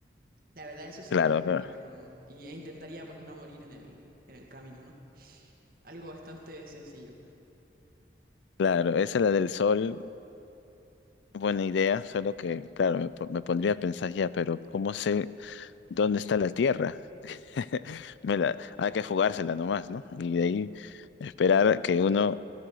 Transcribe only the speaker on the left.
Claro,
claro.
Claro, esa es la del sol, buena idea, solo que, claro, me, po- me pondría a pensar ya, pero ¿cómo sé dónde está la Tierra? <laughs> Vela, hay que jugársela nomás, ¿no? Y de ahí esperar que uno